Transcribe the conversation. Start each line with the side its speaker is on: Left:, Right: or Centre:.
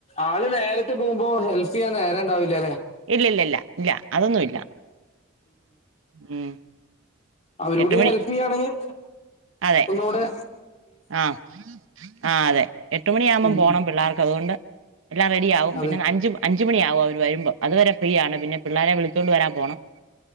Left: ആള് നേരത്തെ പോവുമ്പോ ഹെൽപ് ചെയ്യാൻ നേരെ ഉണ്ടാവില്ല ലേ
Right: ഇല്ല ഇല്ല ഇല്ല ഇല്ല അതൊന്നുല്ല ഉം
Left: അവർ കൂടി
Right: എട്ട് മണി
Left: ഹെൽപ് ചെയ്യാണെങ്കിൽ
Right: അതെ
Left: ഒന്നൂടെ
Right: ആ ആ അതെ എട്ടുമണി ആവുമ്പോൾ
Left: ഉം
Right: പോണം
Left: ഉം
Right: പിള്ളേർക്ക് അതുകൊണ്ട് എല്ലാം റെഡിയാവും
Left: അതെ
Right: പിന്നെ അഞ്ച് അഞ്ചുണിയാവും അവര് വര്മ്പം അത് വരെ ഫ്രീയാണ് പിന്നെ പിള്ളാരെ വിളിച്ചോണ്ട് വരാൻ പോണം.